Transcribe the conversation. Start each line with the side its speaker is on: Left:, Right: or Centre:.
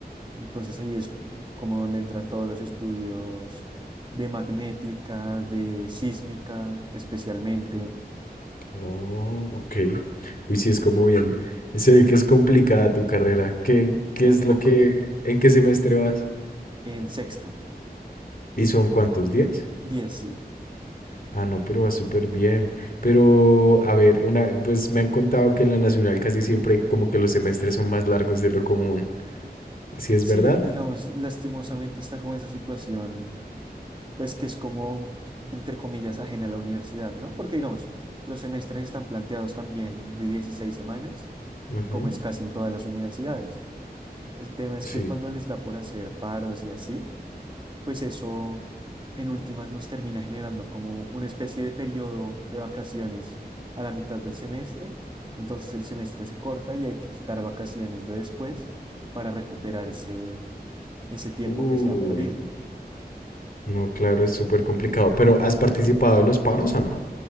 Right: Entonces ahí es como donde entran todos los estudios de magnética, de sísmica, especialmente,
Left: Oh, ok. Uy, sí, es como bien. Se ve que es complicada tu carrera. ¿Qué, qué
Right: un
Left: es
Right: poco,
Left: lo que, en qué semestre vas?
Right: en sexto,
Left: ¿Y son cuántos días?
Right: diez sí.
Left: Ah, no, pero va súper bien. Pero, a ver, una, pues me han contado que en la nacional casi siempre como que los semestres son más largos de lo común. ¿Sí es
Right: Sí,
Left: verdad?
Right: digamos, lastimosamente está como esa situación, pues que es como, entre comillas, ajena a la universidad, ¿no? Porque, digamos, los semestres están planteados también de 16 semanas,
Left: Ujú,
Right: como es casi en todas las universidades. El tema es
Left: Sí.
Right: que cuando les da por hacer paros y así, pues eso en últimas nos termina generando como una especie de periodo de vacaciones a la mitad del semestre. Entonces el semestre se corta y hay que quitar vacaciones de después para recuperar ese, ese tiempo
Left: Uy.
Right: que se ha perdido.
Left: No, claro, es súper complicado. Pero, ¿has participado en los paros o no?